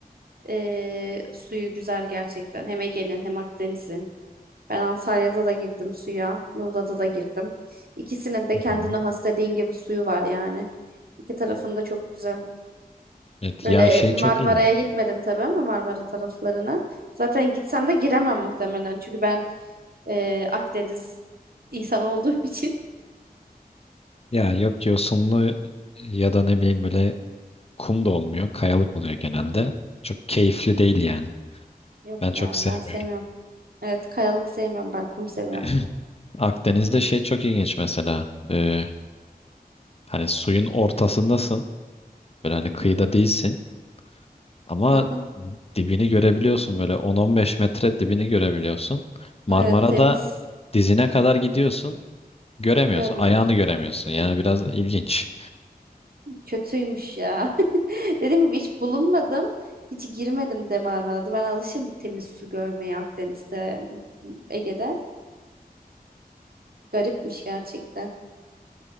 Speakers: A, on the right; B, on the left.
A: Ee, suyu güzel gerçekten. Hem Ege'nin hem Akdeniz'in. Ben Antalya'da da girdim suya. Muğla'da da girdim. İkisinin de
B: Hı
A: kendine
B: hı.
A: has dediğin gibi suyu var yani. İki tarafında çok güzel.
B: Evet
A: Böyle
B: ya şey
A: Marmara'ya
B: çok iyi.
A: gitmedim tabii ama Marmara taraflarına. Zaten gitsem de giremem muhtemelen. Çünkü ben e, Akdeniz insan olduğum <laughs> için.
B: Ya yok yosunlu ya da ne bileyim böyle Kum da olmuyor. Kayalık oluyor genelde. Çok keyifli değil yani.
A: Yok
B: Ben çok
A: ya
B: sevmiyorum.
A: ben sevmiyorum. Evet kayalık sevmiyorum ben kum seviyorum.
B: <clears throat> Akdeniz'de şey çok ilginç mesela. Ee, hani suyun ortasındasın. Böyle hani kıyıda değilsin. Ama
A: Hı hı.
B: dibini görebiliyorsun. Böyle 10-15 metre dibini görebiliyorsun. Evet. Marmara'da
A: Evet temiz
B: dizine kadar gidiyorsun. Göremiyorsun.
A: görmüyoruz.
B: Ayağını göremiyorsun. Yani biraz ilginç.
A: Kötüymüş ya. <laughs> Dediğim gibi hiç bulunmadım. Hiç girmedim de Marmara'da. Ben alışım temiz su görmeye Akdeniz'de, Ege'de. Garipmiş gerçekten.